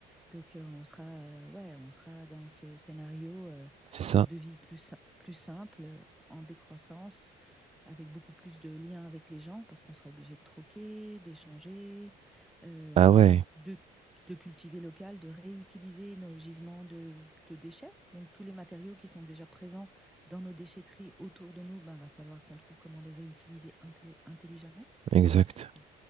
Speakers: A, in the centre; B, on the right.
A: Donc euh, on sera, euh, ouais, on sera dans ce scénario euh,
B: c'est ça.
A: de vie plus, si- plus simple, en décroissance avec beaucoup plus de liens avec les gens, parce qu'on sera obligé de troquer, d'échanger, euh,
B: Ah ouais,
A: de, de cultiver local, de réutiliser nos gisements de, de déchets. Donc tous les matériaux qui sont déjà présents dans nos déchetteries autour de nous, ben, va falloir qu'on trouve comment les réutiliser intelli- intelligemment,
B: exact.
A: parce qu'on ne